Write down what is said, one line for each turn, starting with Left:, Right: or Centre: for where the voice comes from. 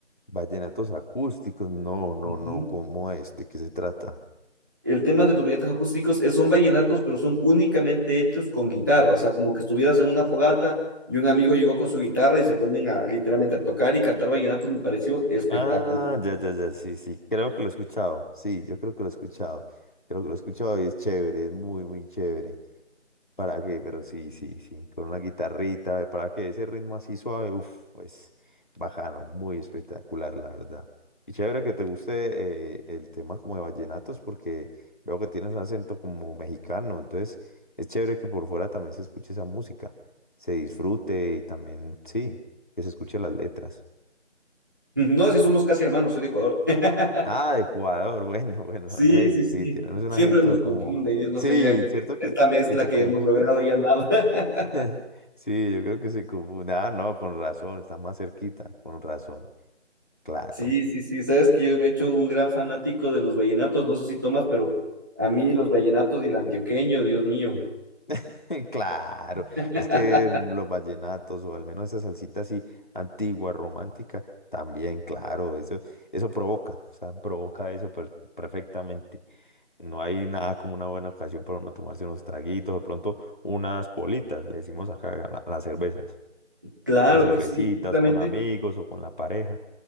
Left: Vallenatos acústicos, no, no,
Right: Ujú.
Left: no, ¿cómo es? ¿De qué se trata?
Right: El tema de los vallenatos acústicos es, son vallenatos, pero son únicamente hechos con guitarra. O sea, como que estuvieras en una fogata y un amigo llegó con su guitarra y se ponen a, literalmente a tocar y cantar vallenatos. Me pareció espectacular.
Left: Ah,
Right: <laughs>
Left: ya, ya, ya, sí, sí, creo que lo he escuchado, sí, yo creo que lo he escuchado, creo que lo he escuchado y es chévere, es muy, muy chévere. ¿Para qué? Pero sí, sí, sí, con una guitarrita, ¿para que Ese ritmo así suave, uff, pues bajano, muy espectacular, la verdad. Y chévere que te guste eh, el tema como de vallenatos, porque veo que tienes un acento como mexicano, entonces es chévere que por fuera también se escuche esa música, se disfrute y también, sí, que se escuche las letras.
Right: No, si somos casi hermanos, soy de Ecuador.
Left: Ah,
Right: <laughs>
Left: de Ecuador, <laughs> bueno, bueno,
Right: Sí,
Left: hey,
Right: sí,
Left: sí,
Right: sí.
Left: tenemos un
Right: Siempre
Left: acento
Right: nos confunde,
Left: como,
Right: y yo no
Left: sí,
Right: sé ya que
Left: ¿cierto
Right: esta
Left: que,
Right: mezcla
Left: que se
Right: que
Left: confunde?
Right: hemos logrado ya nada. <laughs>
Left: <laughs> Sí, yo creo que se confunde. Ah, no, con razón, está más cerquita, con razón. Claro,
Right: Sí, sí, sí. Sabes que yo me he hecho un gran fanático de los vallenatos. No sé si tomas, pero a mí los vallenatos y el antioqueño, Dios mío.
Left: <laughs> claro.
Right: <laughs>
Left: Es que los vallenatos, o al menos esa salsita así antigua, romántica, también, claro, eso, eso provoca, o sea, provoca eso per- perfectamente. No hay nada como una buena ocasión para uno tomarse unos traguitos, de pronto unas politas, le decimos acá a la- a las cervezas,
Right: Claro
Left: unas cervecitas
Right: que sí, justamente,
Left: con amigos o con la pareja,